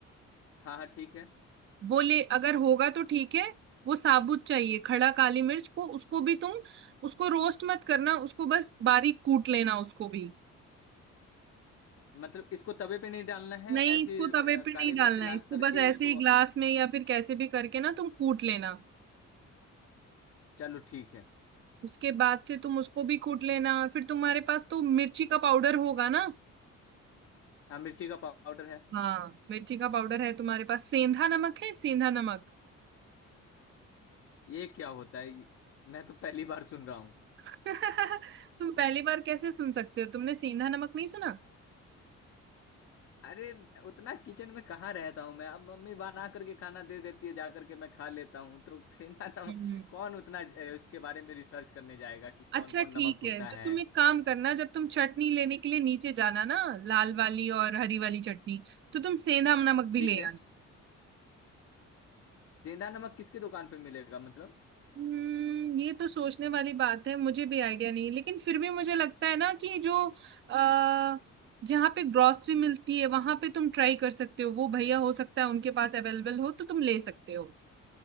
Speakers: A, on the left (about 50°); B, on the right (about 40°).
A: हाँ हाँ ठीक है
B: वो ले अगर होगा तो ठीक है वो साबुत चाहिए खड़ा काली मिर्च को उसको भी तुम उसको रोस्ट मत करना उसको बस बारीक कूट लेना उसको भी
A: मतलब इसको तवे पे नहीं डालना है
B: नहीं
A: ऐसी
B: इसको
A: अ,
B: तवे पे
A: काली
B: नहीं
A: मिर्च
B: डालना
A: ला
B: है इसको
A: करके
B: बस ऐसे
A: उसको
B: ही ग्लास में या फिर कैसे भी करके ना तुम कूट लेना
A: चलो ठीक है
B: उसके बाद से तुम उसको भी कूट लेना फिर तुम्हारे पास तो मिर्ची का पाउडर होगा ना
A: हाँ मिर्ची का पाउडर है
B: हाँ मिर्ची का पाउडर है तुम्हारे पास सेंधा नमक है सेंधा नमक
A: ये क्या होता है ये- मैं तो पहली बार सुन रहा हूँ
B: <laughs> तुम पहली बार कैसे सुन सकते हो तुमने सेंधा नमक नहीं सुना
A: अरे उतना किचन में कहाँ रहता हूँ मैं अब मम्मी बना करके खाना दे देती है जा करके मैं खा लेता हूँ तो सेंधा नमक
B: हम्म
A: कौन उतना अ, उसके बारे में रिसर्च करने जाएगा कि कौन
B: अच्छा
A: कौन
B: ठीक
A: नमक होता
B: है तो
A: है
B: तुम एक काम करना जब तुम चटनी लेने के लिए नीचे जाना ना लाल वाली और हरी वाली चटनी तो तुम सेंधा नमक
A: ठीक
B: भी ले
A: है
B: आना
A: सेंधा नमक किसके दुकान पे मिलेगा मतलब
B: हम्म ये तो सोचने वाली बात है मुझे भी आइडिया नहीं है लेकिन फिर भी मुझे लगता है ना कि जो अः जहाँ पे ग्रोसरी मिलती है वहां पे तुम ट्राई कर सकते हो वो भैया हो सकता है उनके पास अवेलेबल हो तो तुम ले सकते हो